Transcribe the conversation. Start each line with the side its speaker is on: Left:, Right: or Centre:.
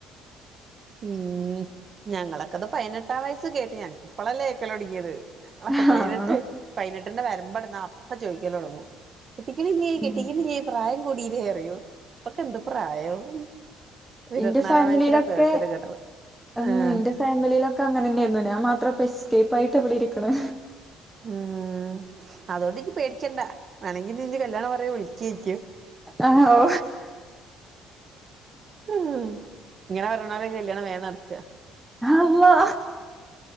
Right: ഉം ഞങ്ങളൊക്കത് പതിനെട്ടാം വയസ്സ് കേട്ട് ഞനക്ക് ഇപ്പളല്ലേ കേക്കല്ലോ ഒടുങ്ങിയത് അപ്പൊ
Centre: ആഹ്
Right: പതിനെട്ട് പതിനെട്ടിന്റെ വരുമ്പോടുന്നാ അപ്പ ചോദിക്കല്ല തുടങ്ങു കെട്ടിക്ണില്ലേ
Centre: ഉം.
Right: കെട്ടിക്ണില്ലേ പ്രായം കൂടില്ലേ അറിയും ഇപ്പൊക്കെ എന്ത് പ്രായവും ഇരുപത്തിനാലാം
Centre: ഇന്റെ ഫാമിലിയിലൊക്കെ
Right: വയസ്സിലൊക്കെ കെട്ടണ്
Centre: ഉം
Right: ആഹ്
Centre: നിന്റെ ഫാമിലിയിലൊക്കെ അങ്ങനെ തന്നെയായിരുന്നു ഞാൻ മാത്രം ഇപ്പ ഇ എസ്കേപ്പ ആയിട്ട് ഇവിടെ ഇരിക്കണ്
Right: ഉം അതോണ്ട്നി പേടിചണ്ട വേണെങ്കി നിന്റെ കല്യാണം പറയാ വിളിക്കയിക്കും
Centre: ആഹ് ഓ
Right: ഉം ഇങ്ങനെ പറയണലെ കല്യാണം വേഗം നടക്ക
Centre: അള്ളാ